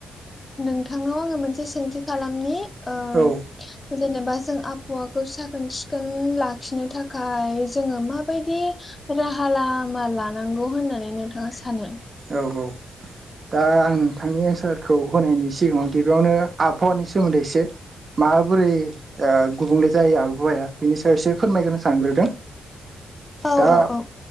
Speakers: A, on the left (about 25°); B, on the right (about 45°).
A: नोंथांनाव आङो मोनसे सोंथि खालामनि ओ
B: औ
A: जेनेबा जों आबहावाखौ साखोन सिखोन लाखिनो थाखाय जोङो माबायदि राहा लामा लानांगौ होननानै नोंथाङा सानो
B: औ औ दा आं नोंथांनि एन्सारखौ होनायनि सिगाङाव गिबियावनो आबहावानि सायाव सोमोन्दै एसे माबोरै ओ गुबुंले जायो आबहावाया बेनि सायाव एसे फोरमायग्रोनो सानग्रोदों
A: <inaudible>
B: दा
A: औ